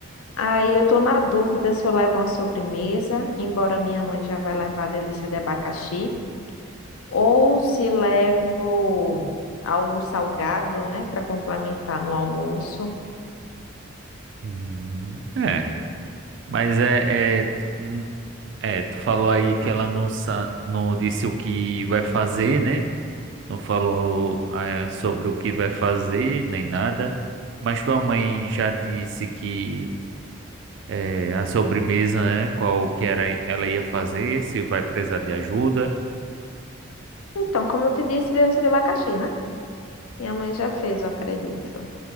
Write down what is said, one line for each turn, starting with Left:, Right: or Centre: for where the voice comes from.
Left: Aí eu tô na dúvida se eu levo uma sobremesa, embora minha mãe já vai levar a delícia de abacaxi, ou se levo algo salgado, né, para complementar no almoço.
Right: Hum, é, mas é, é, hum, é, tu falou aí que ela não, sa- não disse o que vai fazer, né? Não falou, ah, sobre o que vai fazer, nem nada. Mas tua mãe já disse que é, a sobremesa, né? Qual que era, ela ia fazer, se vai precisar de ajuda.
Left: Então, como eu te disse, delícia de abacaxi, né? Minha mãe já fez, eu acredito.